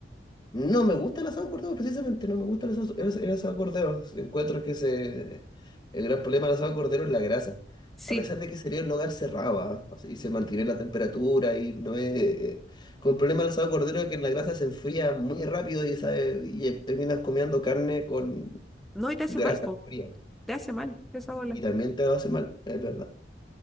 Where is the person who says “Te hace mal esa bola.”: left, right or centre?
Centre